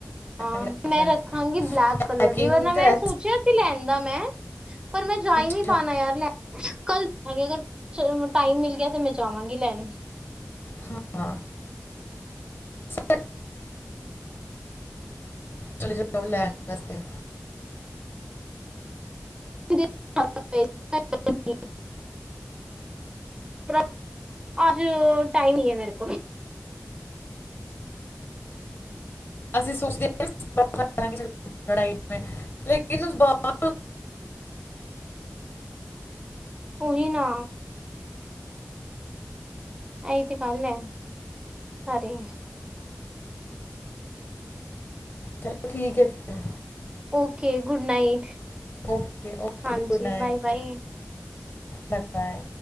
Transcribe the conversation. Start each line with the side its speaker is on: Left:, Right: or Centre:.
Right: ਹਾਂ
Left: ਵੀ ਰੱਖ
Right: ਮੈਂ
Left: ਲਾਂਗੇ
Right: ਰੱਖਾਂਗੀ ਬਲੈਕ ਕਲਰ
Left: ਪੈਕਿੰਗ
Right: ਦੀ ਵਰਨਾ
Left: ਤੇ
Right: ਮੈਂ
Left: ਰੈਸ
Right: ਸੋਚਿਆ ਸੀ ਲੈਣ ਦਾ ਮੈਂ ਪਰ ਮੈਂ ਜਾਈ
Left: ਅੱਛਾ
Right: ਨੀ ਪਾਣਾ ਯਾਰ ਲੈ ਕੱਲ ਆਗ ਅਗਰ ਚਲ ਟਾਈਮ ਮਿਲ ਗਿਆ 'ਤੇ ਮੈਂ ਜਾਵਾਂਗੀ ਲੈਣ।
Left: ਹ ਹਾਂ। <inaudible> ਚਲੇ ਜਾਓ ਲੈਣ ਵਾਸਤੇ।
Right: <inaudible> ਅੱਜ ਓ ਟਾਈਮ ਨੀ ਏ ਮੇਰੇ ਕੋਲ।
Left: ਅਸੀਂ ਸੋਚਦੇ <inaudible> ਲੜਾਈ ਲੇਕਿਨ ਉਸ ਬਾਰ
Right: ਉਹੀ ਨਾ। ਐਈ 'ਤੇ ਗੱਲ ਐ, ਸਾਰੀ।
Left: ਚਲੋ ਠੀਕ ਏ ਫਿਰ।
Right: Okay good night
Left: <inaudible> okay okay
Right: ਹਾਂਜੀ
Left: good ਨਾਈਟ।
Right: Bye ਬਾਏ
Left: bye-bye.